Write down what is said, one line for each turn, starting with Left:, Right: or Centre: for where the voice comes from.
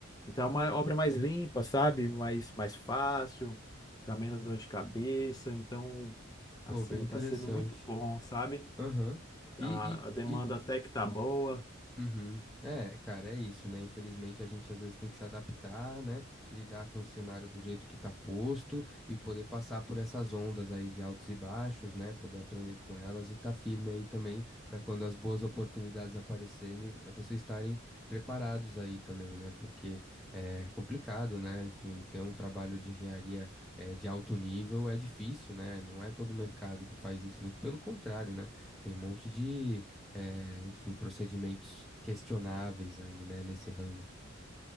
Left: Então é uma obra mais limpa, sabe? Mais, mais fácil, dá menos dor de cabeça. Então, assim,
Centre: Pô, bem interessante.
Left: tá sendo muito bom, sabe?
Centre: Aham. E,
Left: A, a demanda
Centre: e, e
Left: até que tá boa.
Centre: Uhum. É, cara, é isso, né? Infelizmente a gente às vezes tem que se adaptar, né? Lidar com o cenário do jeito que tá posto e poder passar por essas ondas aí de altos e baixos, né? Poder aprender com elas e tá firme aí também pra quando as boas oportunidades aparecerem, eh, vocês estarem preparados aí também, né? Porque é complicado, né? Enfim, ter um trabalho de engenharia eh, de alto nível é difícil, né? Não é todo mercado que faz isso, muito pelo contrário, né? Tem um monte de é, enfim, procedimentos questionáveis aí, né, nesse ramo.